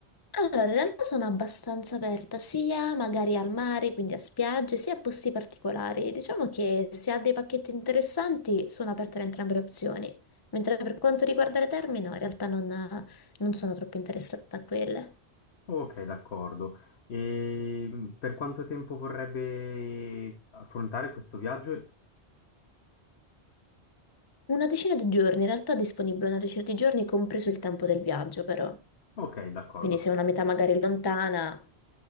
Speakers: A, on the left (about 25°); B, on the left (about 75°).
A: Allora, in realtà sono abbastanza aperta sia magari al mare, quindi a spiagge, sia a posti particolari. Diciamo che se ha dei pacchetti interessanti sono aperte ad entrambe le opzioni. Mentre per quanto riguarda le terme, no, in realtà non, non sono troppo interessata a quelle.
B: Ok, d'accordo. E mh, per quanto tempo vorrebbe affrontare questo viaggio?
A: Una decina di giorni, in realtà è disponibile una decina di giorni, compreso il tempo del viaggio, però.
B: Ok, d'accordo.
A: Quindi se è una metà magari lontana,